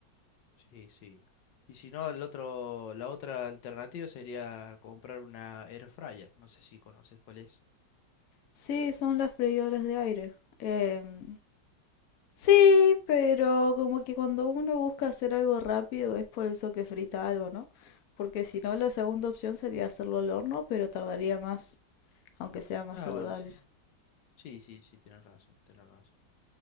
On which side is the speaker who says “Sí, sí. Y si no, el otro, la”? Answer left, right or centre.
Left